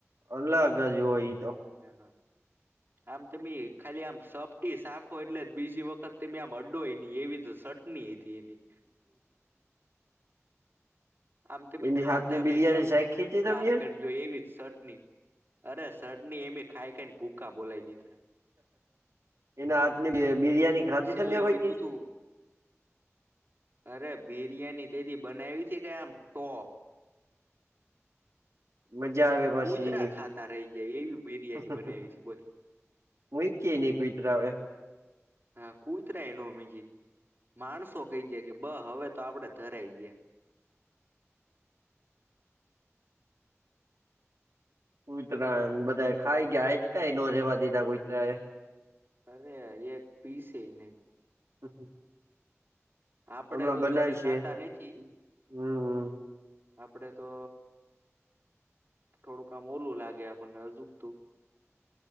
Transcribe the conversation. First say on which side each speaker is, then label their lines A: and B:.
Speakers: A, on the right (about 80°); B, on the right (about 50°).
A: અલગ જ હોય તો
B: <unintelligible> આમ તમે ખાલી આમ સપટી શાખો એટલે બીજી વખત તમે આમ અડોય એવી તો સટની હતી એની. આમ તમે
A: એની
B: ખાધા
A: હાથની બિરિયાની
B: ભેગયામ
A: શાયખ હતી તમે
B: ઘા કરદિયો એવી જ સટની અરે સટણી એમે ખાઈ ખાઈને ભૂકા બોલાય દીધા.
A: એના હાથ ની બિરિયાની ખાધી
B: છેલ્લે
A: તમે <inaudible>
B: વધ્યું તું અરે બિરિયાની તેથી બનાવી છે કે આમ ટોપ
A: મજા આવે પાછી
B: કૂતરા ખાતા રહી જાય એવી બિરિયાની
A: <unintelligible>
B: બનાવી હતી બોલ
A: હું એક કેને <unintelligible> આવે
B: હા કુતરા ન અમીજી માણસો કઈ જાય કે બ હવે તો આપડે ધરાય ગયા
A: કુઈતરા બધા ખાઈ ગયા એટકાય ન રેવા દીધા કુઈતરા એ
B: હવે એક પીસે નહી
A: <unintelligible>
B: આપડે
A: હમણાં
B: તો
A: બનાવીશે
B: જોકે ખાતા
A: હમ
B: નઈ થી આપડે તો થોડુંક આમ ઓલું લાગે આપણને હજુ તું